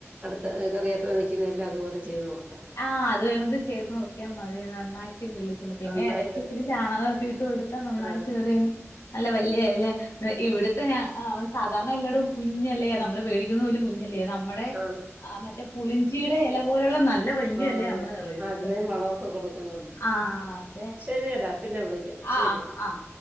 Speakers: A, on the right; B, on the left.
A: അടുത്ത കറിയേപ്പില നതായ് ച്ചിതെല്ലാം അതുപോലെ ചെയ്ത് നോക്കാം
B: ആഹ് അത് വേണെങ്ക ചെയ്ത് നോക്കിയാ മതി നന്നായിട്ട് വിളിച്ച പിന്നെ
A: നന്നായിട്ട്
B: എടയ്ക്ക് ഇച്ചിരി ചാണകമൊക്കെ ഇട്ട് കൊടുത്ത നന്നായിട്ട്
A: ആ
B: കയറിയ നല്ല വലിയ ഇല ഇവിടത്തെ ഞാ സാധാരണ എല്ലാടും കുഞ്ഞല്ലേ നമ്മള് വേടിക്കുന്നുന്നത് പോലും കുഞ്ഞല്ലേ നമ്മടെ
A: ആ
B: മറ്റേ പുളിഞ്ചിയുടെ എല പോലുള്ള നല്ല വല്യ
A: ആഹ്
B: എലയാ നമ്മടെ കറിവേപ്പിലയ്ക്ക്
A: അത്രയും വളമൊക്കെ കൊടുക്കുന്നുണ്ട്.
B: ആഹ് അതെ
A: ശരിയടാ പിന്നെ വിളിക്കാം
B: ആഹ്
A: ശരി.
B: ആഹ്